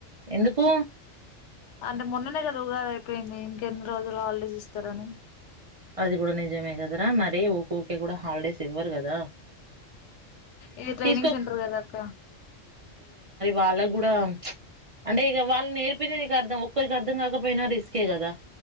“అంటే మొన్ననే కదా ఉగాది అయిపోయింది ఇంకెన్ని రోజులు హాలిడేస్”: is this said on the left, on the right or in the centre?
Left